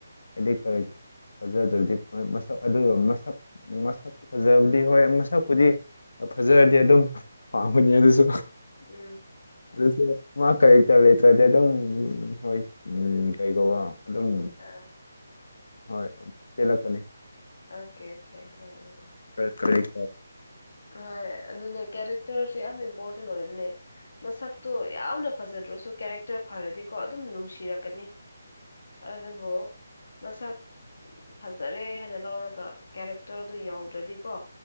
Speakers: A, on the left; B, on the left.
A: ꯑꯗꯩ ꯀꯔꯦ
B: ꯎꯝ
A: ꯐꯖꯗ꯭ꯔꯗꯤꯁꯛ ꯑꯗꯨꯒ ꯃꯁꯛ ꯃꯁꯛ ꯐꯖꯕꯗꯤ ꯍꯣꯏ ꯃꯁꯛꯄꯨꯗꯤ ꯐꯖꯔꯗꯤ ꯑꯗꯨꯝ ꯄꯥꯝꯒꯅꯤ ꯑꯗꯨꯁꯨ
B: ꯎꯝ
A: ꯑꯗꯨꯁꯨ ꯃꯥ ꯀꯔꯤꯛꯇ ꯂꯩꯇ꯭ꯔꯗꯤ ꯑꯗꯨꯝ ꯍꯣꯏ ꯀꯩꯀ ꯑꯗꯨꯝ
B: ꯑ
A: ꯍꯣꯏ ꯆꯦꯜꯂꯛꯀꯅꯤ
B: ꯑꯣꯀꯦ ꯑꯣꯀꯦ ꯎꯝ ꯎꯝ
A: ꯀ ꯀꯔꯦꯛ
B: ꯍꯣꯏ ꯑꯗꯨꯅꯦ ꯀꯦꯔꯦꯛꯇꯔꯁꯦ ꯌꯥꯝ ꯏꯝꯄꯣꯔꯇꯦꯟ ꯑꯣꯏꯕꯅꯦ ꯃꯁꯛꯇꯣ ꯌꯥꯝꯅ ꯐꯖꯗ꯭ꯔꯁꯨ ꯀꯦꯔꯦꯛꯇꯔ ꯐꯔꯗꯤꯀꯣ ꯑꯗꯨꯝ ꯅꯨꯡꯁꯤꯔꯛꯀꯅꯤ ꯑꯗꯨ ꯑꯗꯨꯝꯕꯣ ꯃꯁꯥ ꯐꯖꯔꯦ ꯍꯥꯏꯅ ꯂꯧꯔꯒ ꯀꯦꯔꯦꯛꯇꯔꯗꯨ ꯌꯥꯎꯗ꯭ꯔꯗꯤꯀꯣ